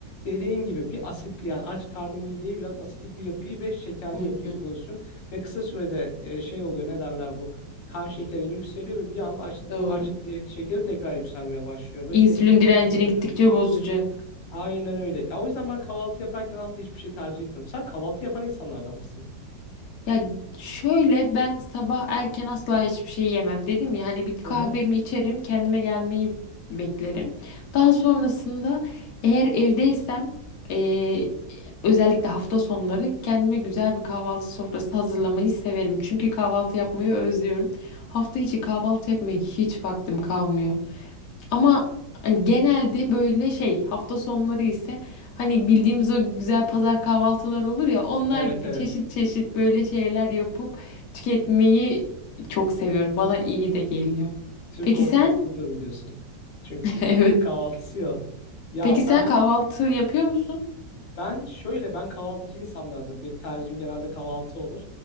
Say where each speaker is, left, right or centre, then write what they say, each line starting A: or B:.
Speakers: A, on the left; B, on the left.
A: Dediğin gibi bir asitli yani aç karnı mideye biraz asitik bir yapıyı ve şekerli
B: Hı
A: yapıyı
B: hı.
A: kullanıyorsun. Ve kısa sürede e, şey oluyor ne derler bu? Kan şekerin yükseliyor ve bir anda açlık,
B: Doğru.
A: açlık şekeri tekrar yükselmeye başlıyor. Ve
B: İnsülin
A: seni tekrar
B: direncini
A: açlatıyor.
B: gittikçe bozacak.
A: Aynen öyle. Ya o yüzden ben kahvaltı yaparken aslında hiçbir şey tercih etmiyorum. Sen kahvaltı yapan insanlardan mısın?
B: Ya şöyle ben sabah erken asla hiçbir şey yemem. Dedim ya hani bir kahvemi
A: Hı hı.
B: içerim, kendime gelmeyi beklerim. Daha sonrasında eğer evdeysem eee, özellikle hafta sonları kendime güzel bir kahvaltı sofrası hazırlamayı severim. Çünkü kahvaltı yapmayı özlüyorum. Hafta içi kahvaltı yapmaya hiç vaktim kalmıyor. Ama hani, genelde böyle şey hafta sonları ise hani bildiğimiz o güzel pazar kahvaltıları olur ya onlar
A: Evet,
B: gibi
A: evet.
B: çeşit çeşit böyle şeyler yapıp tüketmeyi çok seviyorum. Bana iyi de geliyor.
A: Türk
B: Peki
A: olduğumu
B: sen?
A: hissediyorum diyorsun. Çünkü
B: <laughs> Evet.
A: Türk kahvaltısı ya. Ya
B: Peki sen
A: ben
B: kahvaltı yapıyor musun?
A: ben şöyle ben kahvaltıcı insanlardım. Benim tercihim genelde kahvaltı olur.